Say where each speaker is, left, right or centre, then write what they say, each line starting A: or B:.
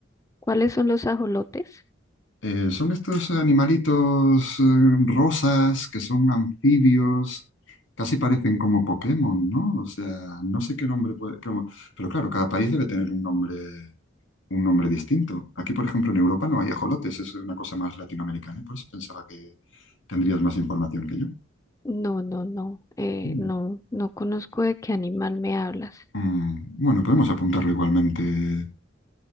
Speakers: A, on the left (about 15°); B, on the left (about 85°).
A: ¿Cuáles son los ajolotes?
B: Eh, son estos animalitos eh, rosas que son anfibios, casi parecen como Pokémon, ¿no? O sea, no sé qué nombre puede... cómo- Pero claro, cada país debe tener un nombre, un nombre distinto. Aquí, por ejemplo, en Europa no hay ajolotes, es una cosa más latinoamericana, y por eso pensaba que tendrías más información que yo.
A: No, no, no, eh,
B: Mm.
A: no, no conozco de qué animal me hablas.
B: Mm, bueno, podemos apuntarlo igualmente